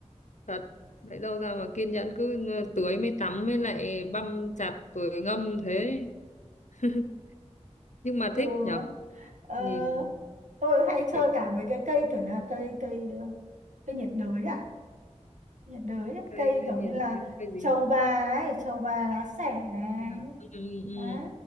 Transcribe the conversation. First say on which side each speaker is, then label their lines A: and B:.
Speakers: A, on the left; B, on the right.
A: thật lấy đâu ra mà kiên nhẫn cứ tưới mới tắm mới lại băm chặt rồi ngâm thế <laughs> nhưng mà
B: đùa
A: thích nhở
B: Ờ,
A: nhìn
B: tôi hay chơi
A: cái
B: cả mấy cái cây kiểu là cây cây ờ, cây nhiệt đới à nhiệt đới ấy.
A: cây
B: cây kiểu
A: cái nhìn
B: như là
A: được nhá cây dính
B: trầu bà ấy trầu bà lá xẻ này
A: ừ, ừ, ừ.
B: đấy